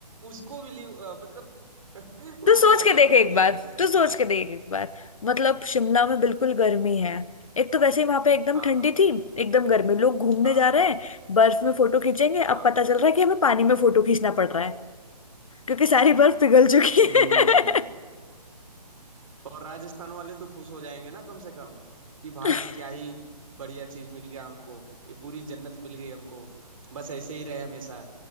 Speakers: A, on the right; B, on the left.
A: उसको बिलीव मतलब <laughs>
B: तू
A: उसको
B: सोच
A: लाके
B: के
A: यहाँ
B: देख
A: पे
B: एक
A: रख दिया
B: बार
A: यार तूने
B: तू सोच के देख एक बार मतलब शिमला में बिल्कुल गर्मी है एक तो वैसे ही वहां पे एकदम
A: हाँ
B: ठंडी
A: हाँ
B: थी एकदम गर्मी लोग घूमने
A: हाँ
B: जा रहे हैं बर्फ में फोटो खींचेंगे
A: हाँ
B: अब पता चल रहा है कि हमें पानी में फोटो खींचना पड़ रहा है क्योंकि सारी बर्फ पिघल चुकी
A: हम्म
B: है
A: और राजस्थान वाले तो खुश हो जाएंगे ना कम से कम कि भाई
B: <laughs>
A: क्या ही बढ़िया चीज मिल गया हमको ये पूरी जन्नत मिल गई हमको बस ऐसे ही रहे हमेशा